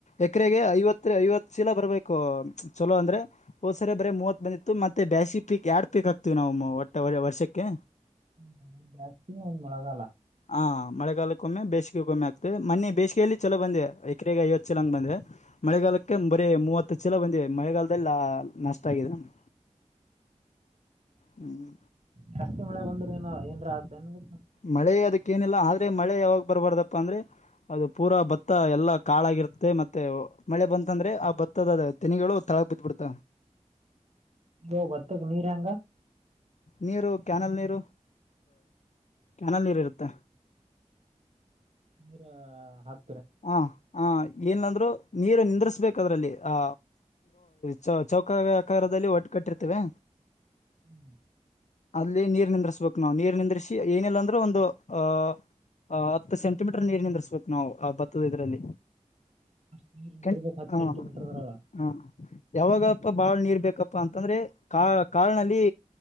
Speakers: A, on the left (about 65°); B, on the right (about 60°).
A: ಎಕರೆಗೆ ಐವತ್ತು ಐವತ್ ಶೀಲ ಬರಬೇಕು ಚಲೋ ಅಂದ್ರೆ ಹೋ ಸರಿ ಬರ ಮೂವತ್ ಬಂದಿತ್ತು ಮತ್ತೆ ಬ್ಯಾಸಿ ಪೀಕ್ ಎರಡ್ ಹಪ್ಪಾಗಕ್ತವಿ ನಾವು ಒಟ್ಟ ವರ್ಷಕ್ಕೆ
B: ಹ್ಮ ಬಸ್ತಿ ಒನ್ ಮೊಳಗಾಲ
A: ಹಾ ಮಳೆಗಾಲಕ್ಕಮ್ಮೆ ಬೇಸಿಗೆ ಕೊಮ್ಮೆ ಆಗ್ತದೆ ಮನೆ ಬೇಸಿಗೆಯಲ್ಲಿ ಚಲ ಬಂದಿದೆ ಎಕರೆಗೆ ಐವತ್ತು ಚಲೋಂಗ ಬಂದಿದೆ ಮಳೆಗಾಲಕ್ಕೆ ಬರೀ ಮೂವತ್ತು ಚಛಲ ಬಂದಿದೆ ಮಳೆಗಾಲದಲ್ಲಿ ನಷ್ಟ ಆಗಿದೆ ನಮಗೆ ಹ್ಮ್
B: ಜಾಸ್ತಿ ಮಳೆ ಬಂದ್ರರು ಏನ ಏರ ಆತನ್ ಗ
A: ಮಳೆ ಅದಕ್ಕ ಏನಿಲ್ಲ ಆದ್ರೆ ಮಳೆ ಯಾವಾಗ ಬರ್ಬಾರ್ದಪ್ಪ ಅಂದ್ರೆ ಅದು ಪೂರಾ ಭತ್ತ ಎಲ್ಲಾ ಕಾಳಾಗಿ ಇರುತ್ತೆ ಮತ್ತೆ ಮಳೆ ಬಂತಂದ್ರೆ ಆ ಭತ್ತದ ತೆನಿಗಳು ತಳಕ್ ಬಿದ್ದ್ ಬಿಡ್ತ
B: ಯ ಬತಕ ನೀ ರಂಗ
A: ನೀರು ಕ್ಯಾನಲ್ ನೀರು ಕ್ಯಾನಲ್ ನೀರು ಇರುತ್ತೆ
B: ಎರ ಹತ್ತು
A: ಹ ಹ ಏನಂದ್ರು ನೀರು ನಿಂದ್ರಿಸಬೇಕ ಅದ್ರಲ್ಲಿ ಆ ಚ ಚೌಕ ಆಕಾರದಲ್ಲಿ ಒಟ್ಟ ಕಟ್ಟಿರ್ತೇವೆ
B: ಹ್ಮ್
A: ಅಲ್ಲಿ ನೀರ್ ನಿಂದ್ರಿಸ್ಬೇಕು ನಾವವು ನೀರ್ ನಿಂದ್ರಿಸಿ ಏನಿಲ್ಲಾ ಅಂದ್ರೂ ಒಂದು ಅಹ್ ಆ ಹತ್ತು ಸೆಂಟಿಮೀಟರ್ ನೀರ್ ನಿಂದರ್ಸ್ ಬೇಕು ನಾವು ಆ ಭತ್ತದ ಇದರಲ್ಲಿ
B: ಅಷ್ಟ್ ನೀರ್ ನಿಂದಿರ್ಬೇಕ್
A: ಕೆ
B: ಹತ್ತ್
A: ಹಾ
B: ಸೆಂಟಿಮೀಟರ್ ದ್ರಾಗ
A: ಹಾ ಯಾವಾಗಪ್ಪ ಬಾಳ್ ನೀರ್ ಬೇಕಪ್ಪಾ ಅಂತಂದ್ರೆ ಕಾಳ್ ಕಾಳ್ನಲ್ಲಿ